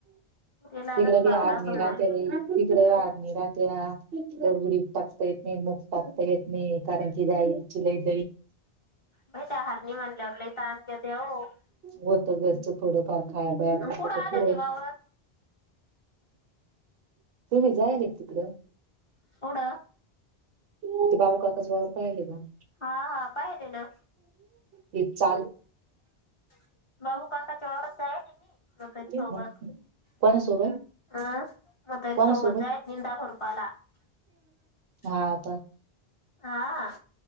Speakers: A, on the left; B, on the right.
A: ते लागल
B: तिकडे
A: वावरातून
B: बी हारणी राहते
A: मग.
B: बा तिकडे हारणी राह त्या उडीद टाकता येत नाही मुग टाकता येत नाही कारण कि गाईची लय
A: बाई त्या हरणी म्हणल्यावर लई <unintelligible>
B: होतं घरचं थोडंफार खाया प्या
A: अन
B: पुरतं
A: कुठं आलं
B: तर
A: ते वावर
B: तुम्ही जायले क तिकडं
A: थोड.
B: <unintelligible>
A: हा हा पाहिले ना.
B: हे चाल
A: <unintelligible>
B: मग कोणासोबत
A: <unintelligible>
B: कोणासोबत हा आता.
A: हा